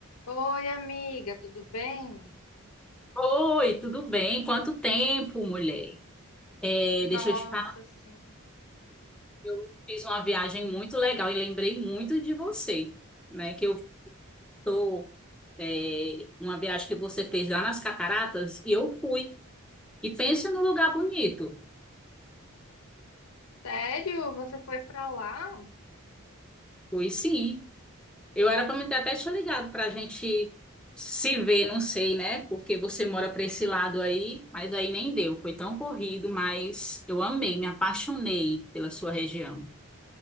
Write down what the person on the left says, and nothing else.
Oi, amiga, tudo bem?
Nossa,
sim.
Sério? Você foi pra lá?